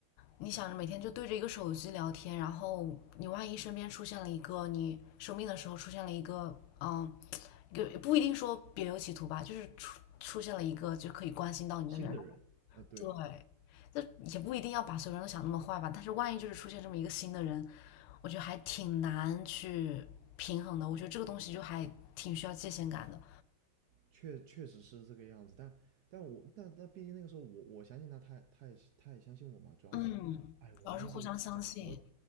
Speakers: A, on the left; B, on the right.
A: 你想着每天就对着一个手机聊天，然后你万一身边出现了一个你生病的时候出现了一个嗯有也不一定说别有企图吧，就是出出现了一个就可以关心到你的人，
B: 新的人，呃，对，
A: 对，那也不一定要把所有人都想那么坏吧，但是万一就是出现这么一个新的人，我觉得还挺难去平衡的，我觉得这个东西就还挺需要界限感的，
B: 确确实是这个样子，但但我但但毕竟那个时候我我相信他，他也他也他也相信我嘛。主要是，
A: 嗯，
B: 哎，我那时候讲我，
A: 主要是互相相信，